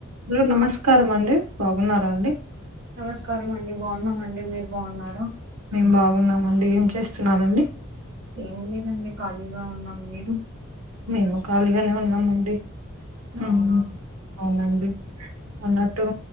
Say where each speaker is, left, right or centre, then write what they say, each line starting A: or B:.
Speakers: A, on the right (about 85°); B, on the right (about 55°).
A: Hello నమస్కారం అండి బాగున్నాండి
B: నమస్కారం అండి బాగున్నామ అండి మీరు బాగున్నార
A: మేం బాగున్నామండి ఏం చేస్తున్నారండి
B: ఏం లేదండి ఖాళీగా ఉన్నాం మీరు
A: మేము ఖాళీగానే ఉన్నామండి ఉమ్,
B: అవున
A: అవునండి అన్నట్టు